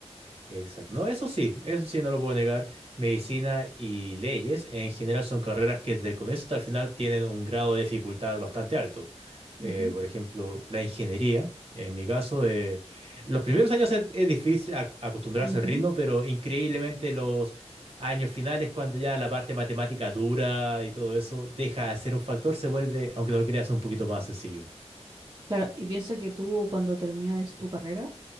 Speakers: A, on the right; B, on the right.
A: Exacto. No, eso sí, eso sí, no lo puedo negar. Medicina y leyes en general son carreras que desde el comienzo hasta el final tienen un grado de dificultad bastante alto.
B: Ujú,
A: Eh, por ejemplo, la ingeniería, en mi caso, eh, los primeros años es, es difícil ac- acostumbrarse
B: ujú.
A: al ritmo, pero increíblemente los años finales, cuando ya la parte matemática dura y todo eso deja de ser un factor, se vuelve, aunque no lo creas, un poquito más sencillo.
B: Claro, y piensa que tú cuando terminas tu carrera,